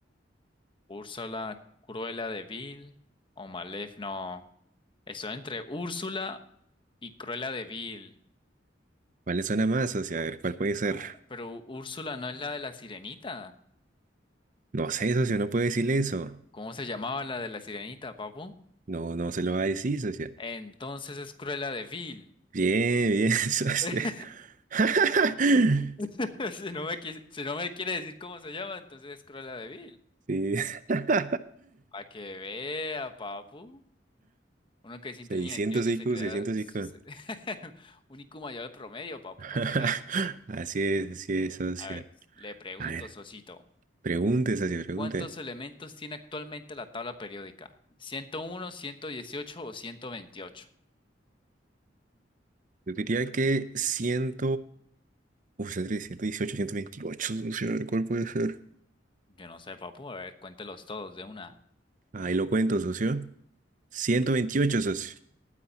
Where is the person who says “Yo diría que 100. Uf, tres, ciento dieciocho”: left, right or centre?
Right